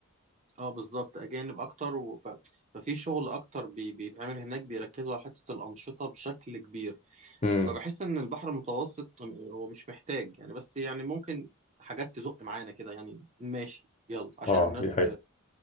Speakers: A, on the right; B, on the left.
A: اه بالظبط أجانب أكتر وف... ففي شغل أكتر بي... بيتعمل هناك بيركزوا على حتة الأنشطة بشكل كبير
B: امم
A: فبحس إن البحر المتوسط هو مش محتاج يعني بس يعني ممكن حاجات تزق معانا كده يعني ماشي يلا عشان
B: اه
A: الناس
B: دي حقيقة